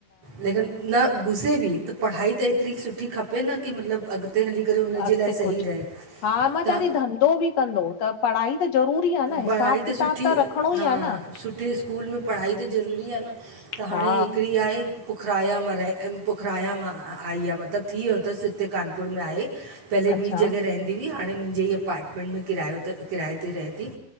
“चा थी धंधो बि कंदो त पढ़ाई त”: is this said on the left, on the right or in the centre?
Left